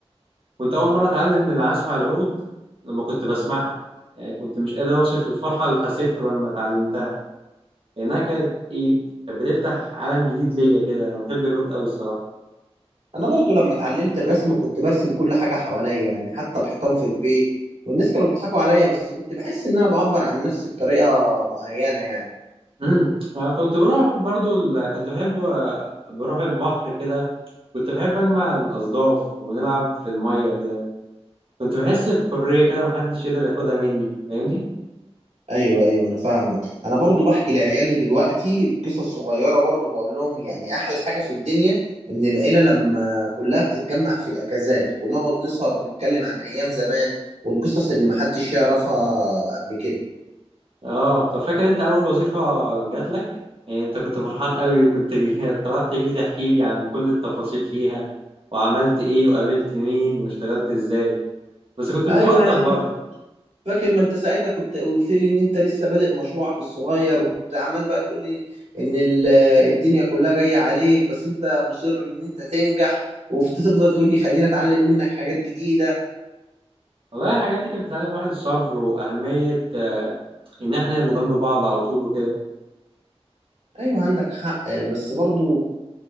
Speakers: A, on the right (about 55°); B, on the right (about 80°).
A: كنت أول مرة أتعلم العزف على العود لما كنت بسمعها يعني كنت مش قادر أوصف الفرحة اللي حسيتها لما اتعلمتها لأنها كانت إيه كانت بتفتح عالم جديد ليا كده أنا بحب العود أوي الصراحة
B: انا برضو لما اتعلمت الرسم كنت برسم كل حاجه حواليا يعني حتى الحيطان في البيت والناس كانوا بيضحكوا عليا بس كنت بحس ان انا بعبر عن نفسي بطريقه معينه يعني
A: امم أنا كنت بروح برضو ال... كنت بحب بروح البحر كده كنت بحب أجمع الأصداف ونلعب في المية كده كنت بحس بحرية كده محدش يقدر ياخدها مني فاهمني؟
B: ايوه ايوه انا فاهمك انا برضو بحكي لعيالي دلوقتي قصص صغيره برضو بقول لهم يعني احلى حاجه في الدنيا ان العيله لما كلها بتتجمع في الاجازات ونقعد نسهر نتكلم عن ايام زمان والقصص اللي محدش يعرفها قبل كده
A: اه طب فاكر أنت أول وظيفة جات لك؟ يعني أنت كنت فرحان قوي كنت <laughs> طلعت تجري تحكي لي عن كل التفاصيل فيها وعملت إيه وقابلت مين واشتغلت إزاي بس كنت
B: ايوه
A: متوتر
B: يا عم
A: برضو
B: فاكر ما انت ساعتها كنت قلت لي ان انت لسه بادئ مشروعك الصغير وكنت عمال بقى تقول لي ان ال- الدنيا كلها جاية عليك بس انت مصر ان انت تنجح وتفضل تقول لي خلينا اتعلم منك حاجات جديدة
A: والله الحاجات دي كانت بتعلم الواحد الصبر وأهمية آه، إن إحنا نبقى جنب بعض على طول وكده.
B: ايوه عندك حق بس برضو